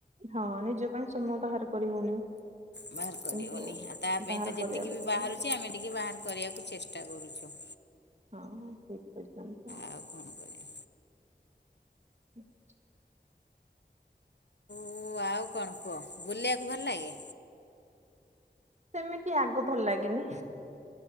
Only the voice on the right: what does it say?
ହଁ ନିଜ ପାଇଁ ସମୟ ବାହାର କରି ହଉନି।
କିନ୍ତୁ
ବାହାର
କରିବା କଥା।
<unintelligible>
<inaudible>
ସେମିତି ଆଗ ଭଲ ଲାଗେନି